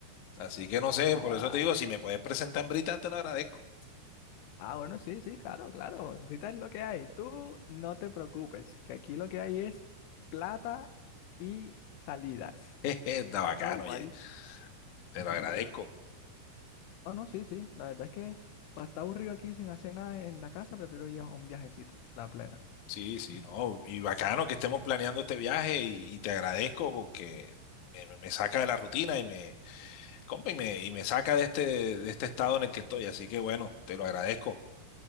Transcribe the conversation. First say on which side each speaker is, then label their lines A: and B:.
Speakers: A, on the left; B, on the left.
A: Así que no
B: No
A: sé,
B: joda.
A: por eso te digo, si me puedes presentar en Brita, te lo agradezco.
B: Ah, bueno, sí, sí, claro, claro. Ahorita es lo que hay. Tú no te preocupes, que aquí lo que hay es plata y salidas.
A: <laughs> Jeje, está bacano,
B: No, igual.
A: oye, te lo agradezco.
B: No, no, sí, sí. La verdad es que para estar aburrido aquí sin hacer nada en la casa, prefiero ir a un viajecito, la plena.
A: Sí, sí, no, y bacano que estemos planeando este viaje y, y te agradezco porque me, me- me saca de la rutina y me, compa, y me, y me saca de este, de este estado en el que estoy, así que bueno, te lo agradezco.